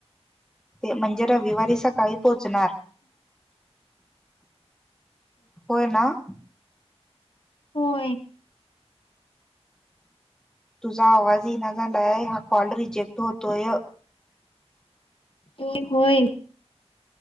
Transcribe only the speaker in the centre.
म्हणजे रविवारी सका, काळी पोचणार होय ना?
तुझा आवाजहीना झालाय हा कॉल रिजेक्ट, होतोय,